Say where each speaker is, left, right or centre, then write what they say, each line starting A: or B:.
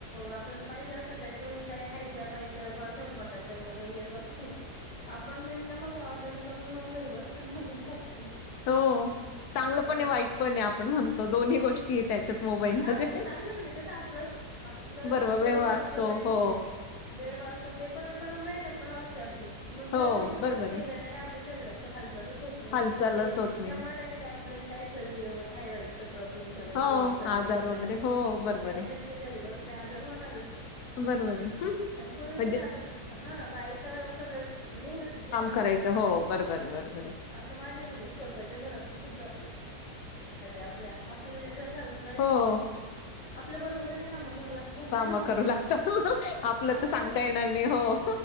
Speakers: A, on the left; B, on the left.
A: आपल्याला पाहिजे असलं त्याच्यावरून का खायच्या पय स्वयंपाकाच्या वगैरे वस्तू आपण मि ऑर्डर करून ंगरी बसते मागू शकतो.
B: हो चांगलं
A: म्हणजे
B: पण वाईट पण आपण म्हणतो दोन्ही गोष्टी. त्याच्यात मोबाईलमध्ये.
A: हा चांगलं म्हहिजे कस आपलं आपलं
B: बरोबर
A: श्रम
B: वेव
A: वाचत
B: असतो.
A: त्या ठिकाणी
B: हो,
A: वेळ वाचत ते पण पण मग मेहनत पण वाचते आपली मग
B: हो,
A: जर मेहनतच
B: बरोबर
A: केलं
B: आहे.
A: नाही आपल्या शरीराची हालचालच होत नाही
B: हालचालच
A: तर मग ते
B: होत नाही.
A: शंभर टक्के ते आपले काहीतरी थायरॉइडचा प्रॉब्लेम झाला
B: हो,
A: शुगर
B: आजार
A: हे झालं
B: वगैरे हो, बरोबर
A: मग काहीतरी
B: आहे,
A: ते घरी बसले आजार होणारच
B: बरोबर
A: हम्म
B: आहे.
A: आणि पूर्वी
B: म्हणजे
A: कस आता हा बाईका व्यव मेहनतीचे काम
B: करायचं
A: करायचे
B: हो, बरोबर, बरोबर आहे.
A: आता माझे म्हणजे स्वतःच्या घरातलं सुद्धा आपल्या आपल्या ज अज
B: हो,
A: आपल्या बरोबरी काम करगत
B: कामं करू लागतात. आपलं
A: पण
B: तर
A: आपण
B: सांगता येणार नाही. हो.